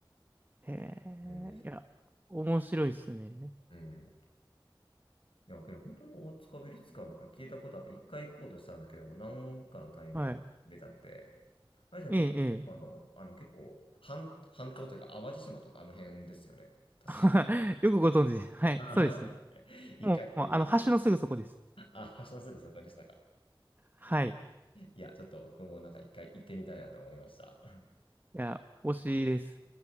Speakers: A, on the right (about 20°); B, on the left (about 85°).
A: へ
B: 全然
A: えいや面白いですね
B: うん。いや、けど本当に大塚ビルツ館なんか聞いたことあって、一回行こうとしたんですけども、なんかのタイミング出ちゃって、
A: はい
B: あれじゃと、
A: えええ
B: あの、あの結構半、半島というか淡路島とかあの辺ですよね。確
A: え <laughs> よくご存知ですはいそうです
B: か。はい。<laughs> 一回行ってみ
A: もう、もうあの橋のすぐそこです
B: た、あ、橋のすぐそこでしたか。
A: はいい
B: いや、ちょっと僕もなんか一回行ってみたいなと思いました。
A: や推しです